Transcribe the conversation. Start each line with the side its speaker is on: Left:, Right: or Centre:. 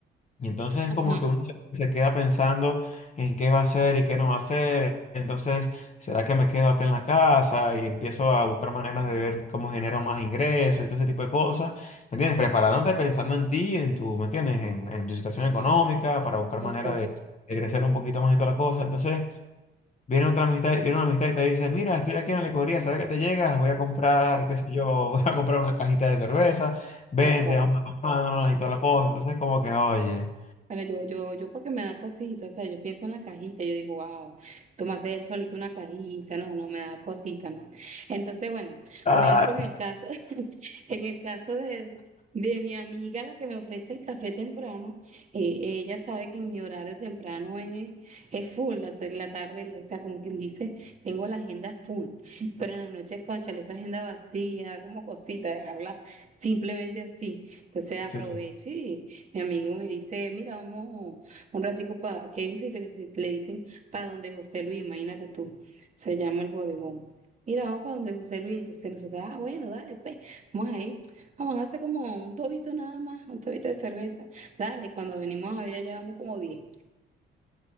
Left: Y entonces
Right: Ajá,
Left: es como que uno se se queda pensando en qué va a hacer y qué no va a hacer. Entonces, ¿será que me quedo acá en la casa y empiezo a buscar maneras de ver cómo genero más ingresos y todo ese tipo de cosas? ¿Me entiendes? Preparándote pensando en ti, en tu, ¿me entiendes? En, en tu situación económica para buscar
Right: exacto.
Left: manera de, de crecer un poquito más y todas las cosas. Entonces, viene otra amistad, viene una amistad y te dice, mira, estoy aquí en la licorería, ¿sabes que te llegas? Voy a comprar, qué sé yo, <laughs> voy a comprar una cajita de cerveza, vente,
Right: Exacto.
Left: vamos a tomarnos y todas las cosas. Entonces, como que, oye.
Right: Bueno, yo, yo, yo porque me da cosita, o sea, yo pienso en la cajita, yo digo, wow, tú me haces él solito una cajita, no, no me da cosita, no. Entonces, bueno,
Left: Ah,
Right: por ejemplo, en el caso, <laughs> en el caso de, de mi amiga, la que me ofrece el café temprano, eh, ella sabe que en mi horario temprano es, es full, la, en la tarde, o sea, como quien dice, tengo la agenda full, pero en la noche, cónchale, esa agenda vacía, como cosita, dejarla Simplemente así. Entonces aproveche
Left: sí. ese
Right: y mi amigo me dice, mira, vamos un ratico para, aquí hay un sitio que se- le dicen para donde José Luis, imagínate tú, se llama el bodegón. Mira, vamos para donde José Luis. Entonces nosotros, ah, bueno, dale, pues, vamos ahí. Vamos a hacer como un tobito nada más, un tobito de cerveza. Dale, cuando venimos a ver, ya llevamos como diez